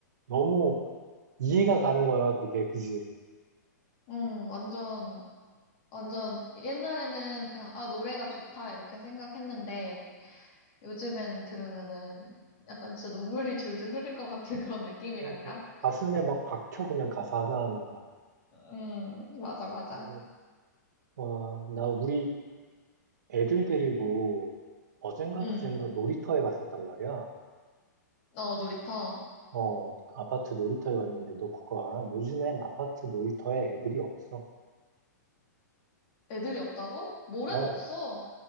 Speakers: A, on the right; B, on the left.
A: 너무 이해가 가는 거야 그게 그지.
B: 응, 완전, 완전, 옛날에는 그냥, 아, 노래가 좋다, 이렇게 생각했는데, 요즘에는 들으면은, 약간 진짜 눈물이 줄줄 흐를 것 같은 <laughs> 그런 느낌이랄까?
A: 그러니까 가슴에 막 박혀 그냥 가사 하나하나가.
B: 응, 맞아, 맞아.
A: 그래서 와, 나 우리 애들 데리고 어젠가
B: 응,
A: 그젠가 놀이터에 갔었단 말이야.
B: 어, 놀이터.
A: 어, 아파트 놀이터에 갔는데 너 그거 알아? 요즘엔 아파트 놀이터에 애들이 없어.
B: 애들이 없다고? 모래도
A: 어,
B: 없어.